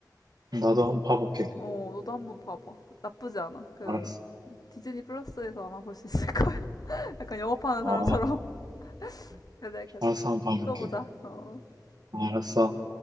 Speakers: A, on the right; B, on the left.
A: 나도
B: 역시.
A: 한 번 봐볼게.
B: 어, 너도 한번 봐봐. 나쁘지 않아. 그
A: 알았어.
B: 디즈니 플러스에서 아마 볼 수 있을 거야. <laughs> 약간 영업하는
A: 어,
B: 사람처럼. <laughs> 그래, 그래.
A: 알았어, 한 번 봐볼게.
B: 또 보자. 어.
A: 알았어.